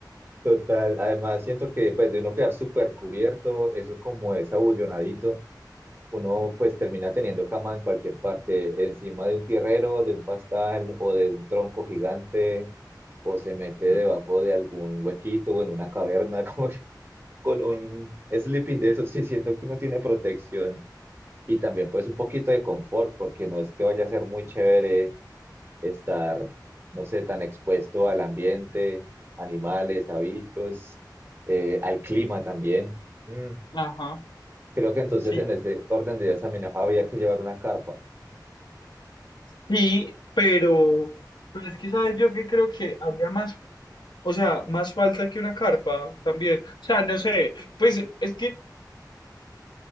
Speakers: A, on the right; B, on the left.
A: Total, además siento que pues de uno quedar súper cubierto, eso como es abullonadito uno pues termina teniendo cama en cualquier parte, encima de un tierrero, de un pastal o de un tronco gigante, o se mete debajo
B: Mm,
A: de algún huequito o en una caverna, <laughs> como que con un sleeping de eso, sí siento que uno tiene protección y también pues un poquito de confort, porque no es que vaya a ser muy chévere estar, no sé, tan expuesto al ambiente, animales, a bichos, eh, al clima también. Mm,
B: Ajá,
A: Creo que entonces
B: sí.
A: en ese orden de ideas también habría que llevar una carpa
B: Sí, pero, pero es que sabes yo que creo que haría más, o sea, más falta que una carpa también. O sea, no sé, pues es que